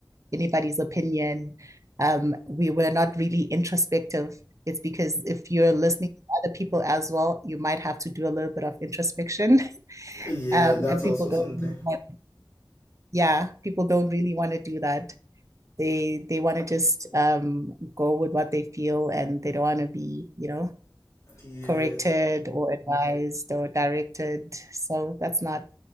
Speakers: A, on the right; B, on the left.
A: anybody's opinion. Um, we were not really introspective. It's because if you're listening to other people as well, you might have to do a little bit of introspection. <laughs>
B: Yeah,
A: Um,
B: that's
A: and people
B: also
A: don't,
B: something.
A: really want, yeah, people don't really want to do that. They they want to just um go with what they feel, and they don't want to be, you know,
B: Yeah,
A: corrected or advised or directed. So that's not,